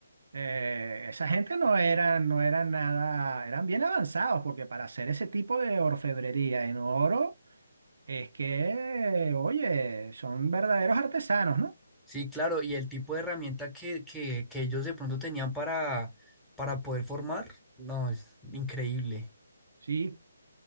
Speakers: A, on the right (about 60°); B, in the centre.
A: Eh, esa gente no era, no eran nada, eran bien avanzados, porque para hacer ese tipo de orfebrería en oro, es que, oye, son verdaderos artesanos, ¿no?
B: Sí, claro, y el tipo de herramienta que, que, que ellos de pronto tenían para, para poder formar, no, es increíble.
A: Sí,